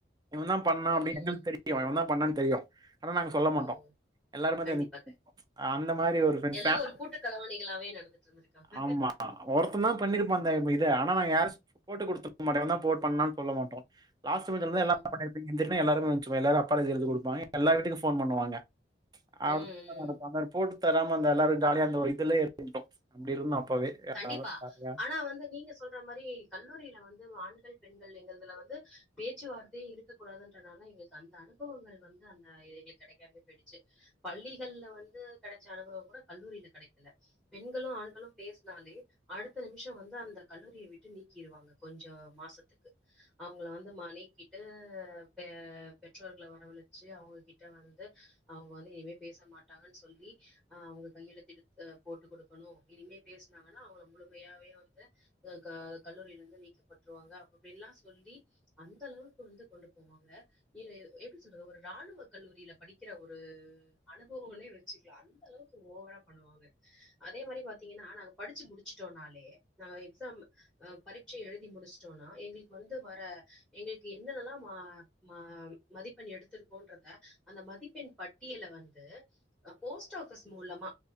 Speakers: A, on the right; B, in the centre.
A: இவன் தான் பண்ணா
B: ம்.
A: அப்டின்னு எங்ளுக் தெரியும் இவன் தான் பண்ணா தெரியூ ஆனா நாங்க சொல்ல மாட்டோ
B: ஓ
A: எல்லாருமேத
B: கண்டிப்பா கண்டிப்பா.
A: அந்த மாரி ஒரு ஃபரெண்
B: எல்லாம்
A: ஃபேம்
B: ஒரு கூட்டு கலவாணிகளாவே நடந்துட்டு இருந்திருக்காங்க
A: ஆமா ஒருத்தன் தான் பண்ணிருப்பா அந்த இத ஆனா நாங்க யார் கரஸ் போட்டு கொடுருத்துக்க மாட்டோ இவன் தான் போ பண்ணானு சொல்ல மாட்டோம் லாஸ்ட் பென்சுலா தான்
B: ஓ
A: எல்லா பண்ணிருப்பீங்க எந்திரினா எல்லாரும் ரும் ஏஞ்சிப்போம் அப்பலஜி எழுதி கொடுப்பாங்க எல்லா வீட்டுக்கும் போன் பண்ணுவாங்க <unintelligible>
B: ம் ம்
A: தராம அந்த எல்லாரும் ஜாலிய அந்த வயதல அந்த இதலேயே இருந்தோம் அப்படி இருந்தோம் அப்பவே
B: கண்டிப்பா
A: ஜாலியா.
B: ஆனா வந்து நீங்க சொல்ற மாதிரி கல்லூரியில வந் ஆண்கள் பெண்கள் எங்கள்துல்ல வந்து பேச்சுவார்த்தையே இருக்கக் கூடாதுன்றனால எங்களுக்கு அந்த அனுபவங்கள் வந்து அந்த எங்களுக்கு கிடைக்காமே போயிடுச்சு பள்ளிகள்ல வந்து கிடைச்ச அனுபவம் கூட கல்லூரியில கிடைக்கல பெண்களும் ஆண்களும் பேசவே னாலே அடுத்த நிமிஷோ வந்து அந்த கல்லூரிய விட்டு நீக்கிருவாங்க கொஞ்சோ மாசத்துக்கு அவுங்கள வந்து மா நீக்கிட்டு பெ பெற்றோர்க்ள வரவழச்சு அவுங்ககிட்ட வந்து அவுங்க வந்து இனிமே பேச மாட்டாங்கன் சொல்லி அஹ் அவுங்க கையெழுதிடுத் அஹ் போட்டு குடுக்கணு இனிமே பேஸ்னாங்கனா அவுங்கள முழுமையாவே வந்து அஹ் கா கல்லூரில இருந்து நீக்கப்பட்ருவாங்க அப்புபில்லா சொல்லி அந்த அளவுக்கு வந்து கொண்டு போவாங்க நீ எப்டி சொல்றது ஒரு இராணுவ கல்லூரில படிக்கிற ஒரு அனுபுவுமுனே வச்சுக்லா அந்த அளவுக்கு ஓவரா பண்ணுவாங்க அதே மாரி பாத் தீங்கனா நாங்க படிச்சு முடிச்சிடோனாலே நாங்க எக்ஸாம் அஹ் பரீட்சே எழுதி முடிஸ்ட்டோனா எங்குளுக் வந்து வர எங்கேள்க் என்னென்னலா மா மாம் மதிப்பெண் எடுத்திருக்கோன்றத அந்த மதிப்பெண் பட்டியல வந்து அ போஸ்ட் ஆபிஸ் மூலமா